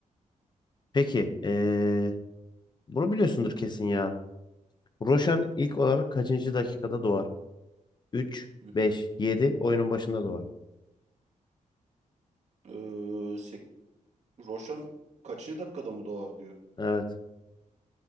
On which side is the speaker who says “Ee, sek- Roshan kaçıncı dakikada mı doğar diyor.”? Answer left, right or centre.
Right